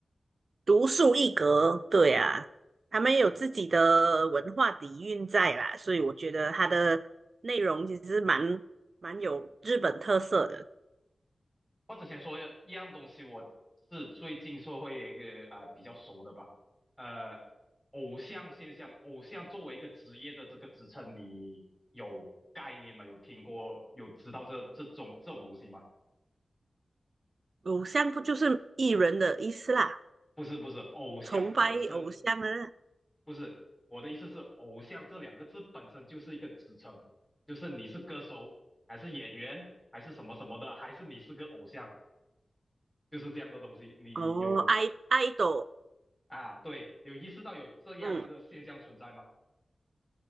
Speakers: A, on the right; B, in the centre.
A: 独树一格，对啊，他们有自己的文化底蕴在啦，所以我觉得它的内容其实蛮蛮有日本特色的。
B: 我之前说一样东西，我是最近社会一个呃比较熟的吧，呃，偶像现象，偶像作为一个职业的这个职称，你有概念吗？有听过，有知道这这种这种东西吗？
A: 偶像不就是艺人的意思啦？
B: 不是不是，偶像本身
A: 崇拜偶像啊？
B: 不是，我的意思是偶像这两个字本身就是一个职称，就是你是歌手还是演员还是什么什么的，还是你是个偶像，就是这样的东西，你有。
A: 哦，爱爱豆，
B: 啊，对，有意识到有这样的现象存在吗？
A: 嗯。